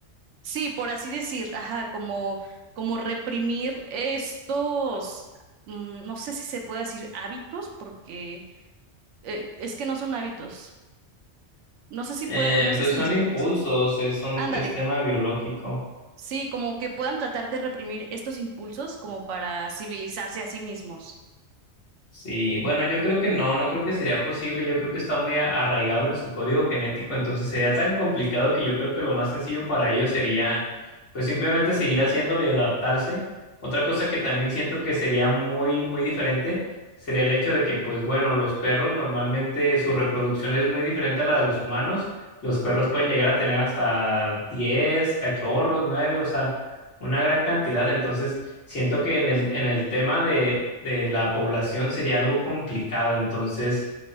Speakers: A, on the right; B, on the left.
A: sí, por así decir, ajá, como como reprimir estos mm, No sé si se puede decir hábitos, porque eh, es que no son hábitos. No sé si
B: Eh,
A: puede, no sé
B: pues
A: si
B: son
A: me expliques.
B: impulsos, es, son-
A: Ándale.
B: es tema biológico.
A: Sí, como que puedan tratar de reprimir estos impulsos como para civilizarse a sí mismos.
B: Sí, bueno, yo creo que no, no creo que sería posible, yo creo que está muy a- arraigado en su código genético, entonces sería tan complicado que yo creo que lo más sencillo para ellos sería pues simplemente seguir haciéndolo y adaptarse. Otra cosa que también siento que sería muy, muy diferente sería el hecho de que pues bueno, los perros normalmente su reproducción es muy diferente a la de los humanos, los perros pueden llegar a tener hasta 10 cachorros, 9, o sea una gran cantidad. Entonces, siento que en el, en el tema de, de la población sería algo complicado. Entonces,